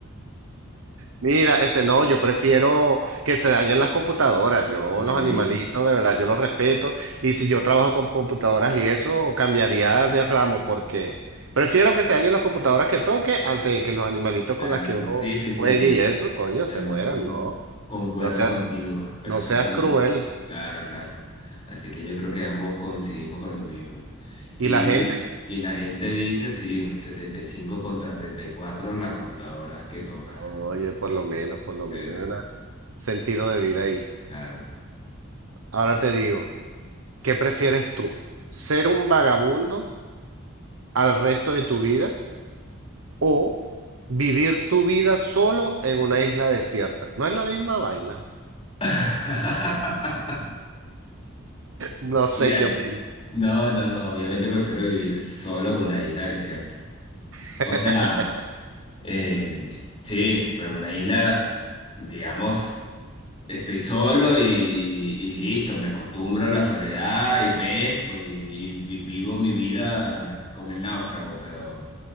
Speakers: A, on the right; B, on the left.
A: Mira, este no, yo prefiero que se dañen las computadoras. Yo
B: Y
A: los
B: sí,
A: animalitos, de verdad, yo los respeto. Y si yo trabajo con computadoras y eso, cambiaría de ramo porque prefiero que se dañen las computadoras que toque antes de que los animalitos
B: claro.
A: con las que uno
B: Sí, sí, sí,
A: juegue
B: yo.
A: y eso, coño,
B: Yo
A: se mueran, ¿no?
B: concuerdo
A: No sea,
B: contigo perfectamente.
A: no seas cruel.
B: Claro, claro. Así que yo creo que ambos coincidimos con lo mismo. Y,
A: Y la gente,
B: y la gente dice, sí, 65 contra 34 las computadoras que tocas.
A: oye, por lo menos, por
B: Sí,
A: lo menos
B: sí,
A: hay un
B: sí.
A: sentido de vida ahí.
B: Claro.
A: Ahora te digo, ¿qué prefieres tú? ¿Ser un vagabundo al resto de tu vida? o Vivir tu vida solo en una isla desierta. No es la misma vaina.
B: <laughs>
A: No sé
B: Mira,
A: qué opino.
B: no, no, no, obviamente prefiero vivir solo en una isla desierta.
A: <laughs>
B: O sea, eh, sí, pero una isla, digamos, Estoy solo y, y listo, me acostumbro a la soledad y pesco y, y vivo mi vida como el náufrago, pero